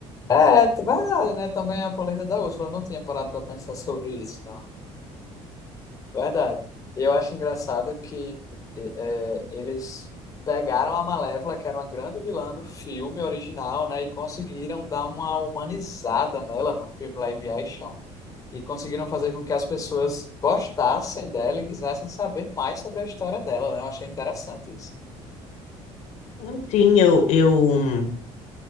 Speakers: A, on the left; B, on the left.
A: É, t- verdade, né? Também a polenta da Úrsula. Eu não tinha parado para pensar sobre isso, não. Verdade. E Eu acho engraçado que eh, eh, eles pegaram a Malévola, que era uma grande vilã do filme original, né? E conseguiram dar uma humanizada nela no filme live action. e conseguiram fazer com que as pessoas gostassem dela e quisessem saber mais sobre a história dela, né? Eu achei interessante isso.
B: Enfim, eu, eu,